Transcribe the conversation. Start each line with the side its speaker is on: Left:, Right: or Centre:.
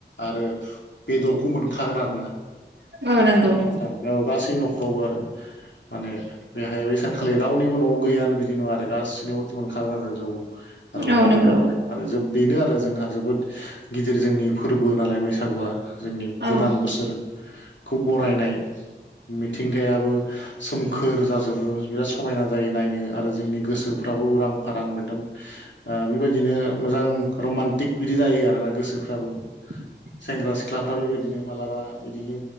Left: ओ बेदरखौ मोनखागोन आरो ना
Right: औ नंगौ औ नंगौ
Left: नोंथां औ गासै न'ख रावबो आरो माने बेहाय बे सानखालि रावनिबो न'आव गैयानो बिदि नुवा आरो गासैनियावबोथ मोनखागोन आरो जौ। आरो
Right: औ
Left: अमा
Right: नंगौ
Left: बेदरखौ आरो जोब बेनो आरो जोंहा जोबोद गिदिर जोंनि फोरब बो नालाय बैसागुआ जोंनि
Right: औ
Left: गोदान बोसोर खौ बरायनाय। मिथिंगायाबो सोमखोर जाजोबो बिराद समायना जायो नायनो। आरो जोंनि गोसोफ्राबो उरां फारां मोदोम ओ बिबायदिनो मोजां रमान्टिक बिदि जायो आरो ना गोसोफ्राबो।
Right: <inaudible>
Left: सेंग्रा सिख्लाफ्रा बेबायदिनो मालाबा बिदिनो